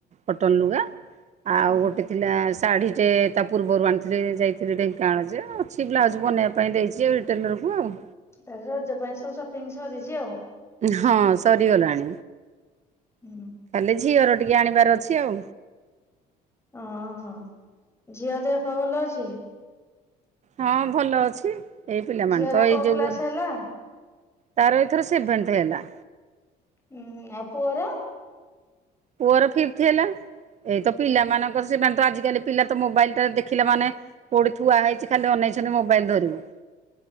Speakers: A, on the right (about 45°); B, on the left (about 15°).
A: କଟନ ଲୁଗା, ଆଉ
B: ହୁଁ।
A: ଗୋଟେ ଥିଲା ଶାଢ଼ୀ ଟେ ତା ପୂର୍ବରୁ ଆଣିଥିଲେ ଯାଇ ଥିଲି <unintelligible> ଯେ ଅଛି ବ୍ଲାଉଜ୍ ବନେଇବା ପାଇଁ ଦେଇଛି ଟେଲରକୁ ଆଉ।
B: ତାହେଲେ ରଜ ପାଇଁ ସବୁ ସପିଙ୍ଗ ସରିଛି ଆଉ?
A: ହଁ ସରିଗଲାଣି
B: ହୁଁ।
A: ଖାଲି ଝିଅର ଟିକେ ଆଣିବାର ଅଛି ଆଉ।
B: ଓହୋ ଝିଅ ଦେହ ପାହ ଭଲ ଅଛି?
A: ହଁ ଭଲ ଅଛି ଏଇ ପିଲାମାନେ
B: ଝିଅର
A: ତ ଏଇ
B: କୋଉ
A: ଯୋଗୁରୁ
B: କ୍ଲାସ ହେଲା?
A: ତାର ଏଇଥର ସେଭେନଥ ହେଲା।
B: ହୁଁ ଆଉ ପୁଅର?
A: ପୁଅର ଫିପଥ ହେଲା। ଏଇତ ପିଲାମାନଙ୍କର ସେମାନେ ତ ଆଜିକାଲି ପିଲା ତ ମୋବାଇଲ ତ ଦେଖିଲେ ମାନେ। କୋଉଠି ଥୁଆ ହେଇଛି ଖାଲି ଅନେଇଛନ୍ତି ମୋବାଇଲ ଧରିବୁ।